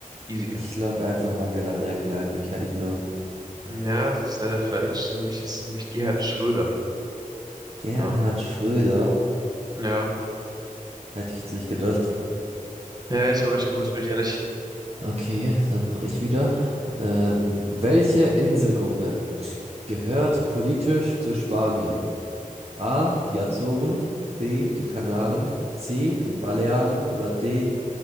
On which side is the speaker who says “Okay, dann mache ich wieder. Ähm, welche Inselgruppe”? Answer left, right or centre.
Right